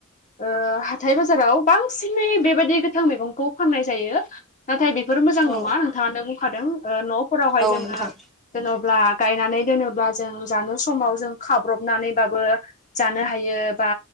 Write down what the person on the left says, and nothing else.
ओ हाथाय बाजाराव बांसिनै बेबाय दि गोथां मैगंखौ फाननाय जायो। नाथाय बेफोर मोजां नंङा
नोंथाङानो बुंखादों ओ नफोरावहाय
जोंङो
जेनब्ला गायनानै दोनोब्ला गायनानै दोनोब्ला जों जानो समाव जों खाब्रबनानैबाबो जानो हायो बा